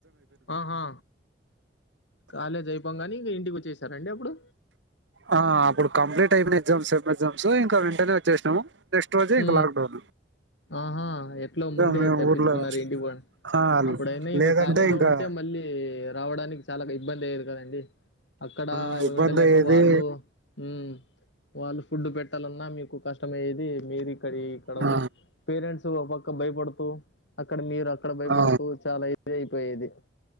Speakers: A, on the left; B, on the right.
A: ఆహా కాలేజైపోంగానే ఇగా ఇంటికి వచ్చేసి సర అండి అప్పుడు
B: ఆ అప్పుడు కంప్లీట్ అయిపోయిన ఎగ్జామ్స్ సేమ్ ఎగ్జామ్స్ ఇంకా వెంటనే వచ్చేసినాము నెక్స్ట్ రోజే
A: హ
B: ఇంకా లాక్‌డౌన్.
A: ఆహా ఎట్లా
B: ఇంకా
A: ముందే
B: మేము
A: తప్పించుకున్నారు
B: ఊర్లో
A: ఇంటికి పో అని
B: ఆ!
A: అప్పుడైనా ఇంకా
B: లేదంటే
A: కాలేజ్ లో
B: ఇంకా
A: ఉంటే మళ్ళీ రావడానికి చాలా ఇబ్బంది అయ్యేది కదండి అక్కడ
B: ఆ! ఇబ్బంది
A: ఉండలేక
B: అయ్యేది.
A: వాళ్ళు హుమ్మ్ వాళ్ళు ఫుడ్ పెట్టాలన్నా మీకు కష్టమయ్యేది మేరి కడి కడ
B: ఆ!
A: పేరెంట్స్ పక్క భయపడుతూ అక్కడ మీరు అక్కడ భయపడుతూ
B: ఆ!
A: చాలా దయి పోయేది